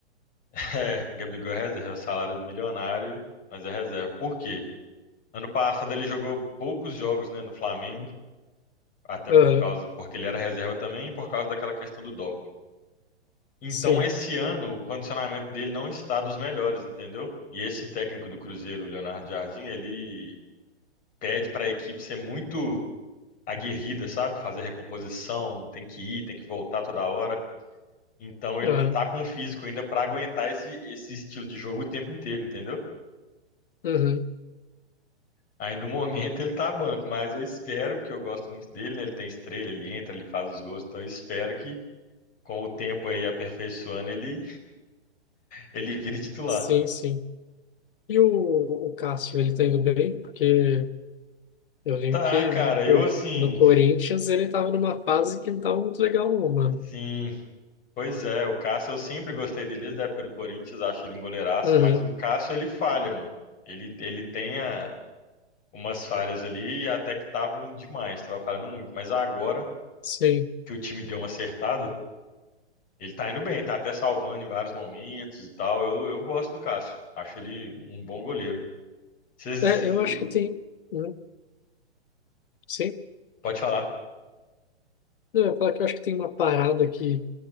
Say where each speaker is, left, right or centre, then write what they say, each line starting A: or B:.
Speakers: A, on the left (about 25°); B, on the left (about 50°).
A: <laughs> é, Gabigol é reserva, é salário milionário, mas é reserva. Por quê? Ano passado ele jogou poucos jogos, né, no Flamengo, até
B: Aham,
A: por causa, porque ele era reserva também e por causa daquela questão do doping. Então,
B: sim.
A: esse ano, o condicionamento dele não está dos melhores, entendeu? E esse técnico do Cruzeiro, o Leonardo Jardim, ele pede para a equipe ser muito aguerrida, sabe? Fazer recomposição, tem que ir, tem que voltar toda hora. Então, ele
B: Aham,
A: não tá com o físico ainda para aguentar esse, esse estilo de jogo o tempo inteiro, entendeu?
B: uhum,
A: Aí no momento ele tá banco, mas eu espero, porque eu gosto muito dele, né? Ele tem estrela, ele entra, ele faz os gols, então eu espero que com o tempo aí aperfeiçoando ele, ele vire titular.
B: sim, sim. E o, o Cássio, ele tá indo bem? Porque eu lembro
A: Tá,
B: que,
A: cara, eu
B: pô,
A: assim,
B: no Corinthians ele tava numa fase que não tava muito legal, não, mano.
A: sim, pois é, o Cássio eu sempre gostei dele desde a época do Corinthians, acho ele um goleiraço,
B: Uhum,
A: mas o Cássio ele falha, mano. Ele, ele tem a- umas falhas ali e até que estavam demais, tava falhando muito, mas agora
B: sim.
A: que o time deu uma acertada, Ele tá indo bem, tá até salvando em vários momentos e tal. Eu, eu gosto do Cássio. Acho ele um bom goleiro. Vocês, vocês-
B: É, eu
A: eu-
B: acho que tem... Uhum, sim.
A: pode falar?
B: Não, eu ia falar que eu acho que tem uma parada que